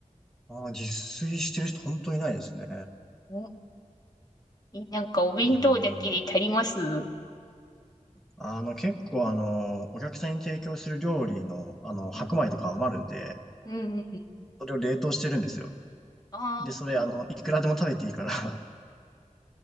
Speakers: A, in the centre; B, on the left.
A: ああ、自炊してる人本当にいないですね。
B: おえなんかお弁当だけで足ります
A: うん。あの、結構あのお客さんに提供する料理の、あの、白米とか余るんで、
B: うんうんうん。
A: それを冷凍してるんですよ。
B: あ
A: で、それあの、いくらでも食べていいから